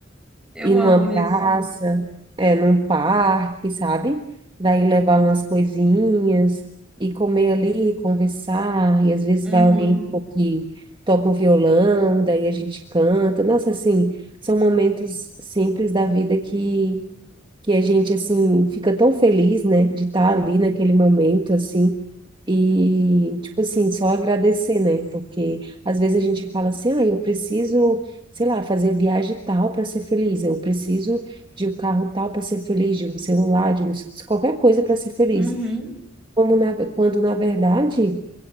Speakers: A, in the centre; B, on the right.
A: <laughs> Eu
B: ir
A: amo
B: numa
A: isso.
B: praça, é, num parque, sabe? Daí levar umas coisinhas e comer ali, conversar, e às vezes
A: Uhum,
B: vai alguém que toca um violão, daí a gente canta. Nossa, assim, são momentos simples da vida que que a gente assim fica tão feliz, né, de estar ali naquele momento assim e tipo assim, só agradecer, né? Porque às vezes a gente fala assim: "Ah, eu preciso, sei lá, fazer viagem tal para ser feliz, eu preciso de um carro tal para ser feliz, de um celular, de um- qualquer coisa para ser feliz".
A: uhum,
B: Como na- quando na verdade